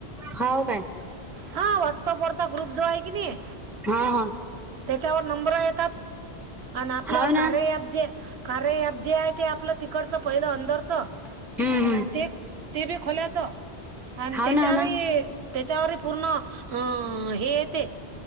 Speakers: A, in the centre; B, on the right.
A: होव काय
B: हा व्हॉट्सअप वरचा ग्रुप जो आहे की नाही
A: हा हा
B: त्याच्यावर नंबर य आपलं
A: हाव ना
B: कार कार जे ते आपलं तिकडचं पहिलं अंदरच
A: हम्म हम्म
B: ते ते बी खोल्याचं आणि
A: हाव
B: त्याच्यावरही
A: ना हाव ना
B: त्याच्यावरही पूर्ण अ हे येते